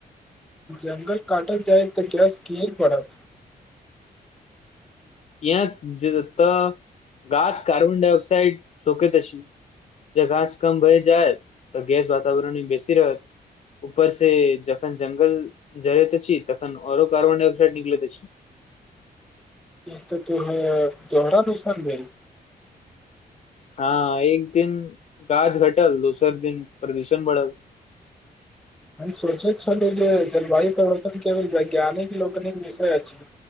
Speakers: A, in the centre; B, on the left (about 40°).
A: ऊ जंगल काटल जाइतऽ गैस किया ने बढत
B: यैह जतऽ गाछ कार्बन डायऑक्सइड रोकैत अछि जे गाछ कम भइ जाइ तऽ गैस वातावरण में बेसी रहत ऊपर से जखन जंगल जड़ैत अछि तखन आओरो कार्बन डाइऑक्साइड निकलैत अछि
A: ई तऽ कि होएय दोहरा नुकसान भेल
B: हँ एक दिन गाछ घटल दोसर दिन प्रदूषण बढ़ल
A: हम सोचईत छलीह जे जलवायु प्रवर्तन केवल वैज्ञानिक लौगनिक विषय अछि।